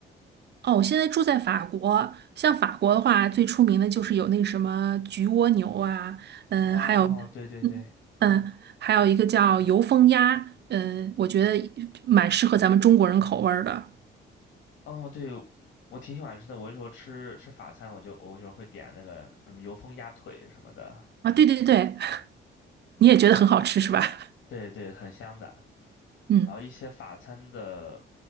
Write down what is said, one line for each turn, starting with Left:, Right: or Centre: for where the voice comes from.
Right: 哦，我现在住在法国，像法国的话，最出名的就是有那个什么焗蜗牛啊，嗯，
Left: 哦，
Right: 还有，
Left: 对对对，
Right: 嗯嗯，还有一个叫油封鸭，嗯，我觉得蛮适合咱们中国人口味儿的
Left: 哦对，我挺喜欢吃的。我有时候吃吃法餐，我就我有时候会点那个什么油封鸭腿什么的，
Right: 啊。对对对，<laughs> 你也觉得很好吃是吧？
Left: 对对，很香的。
Right: 嗯
Left: 然后一些法餐的，